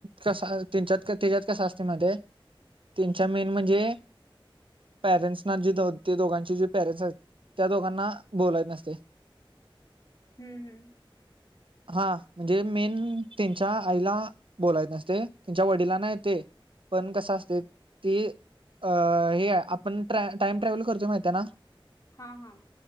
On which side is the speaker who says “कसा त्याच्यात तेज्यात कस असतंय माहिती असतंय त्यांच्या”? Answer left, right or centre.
Right